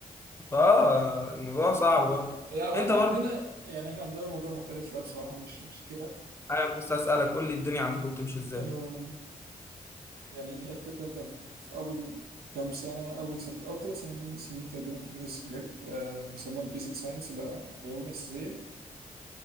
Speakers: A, on the left (about 15°); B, on the right (about 80°).
A: ف الموضوع صعب برضه
B: لا واحنا
A: انت برضه
B: عندنا يعني احنا عندنا الموضوع مختلف شويه بصراحه مش مش
A: انا بس اسالك قول لي الدنيا عندكم بتمشي ازاي
B: كده يعني هي الفكرة أنت في في أول كام سنة أول سنة أول ثلاث سنين سنين تقريبا تدرس حاجات آه، بيسموها البيزك ساينس العلوم الأساسية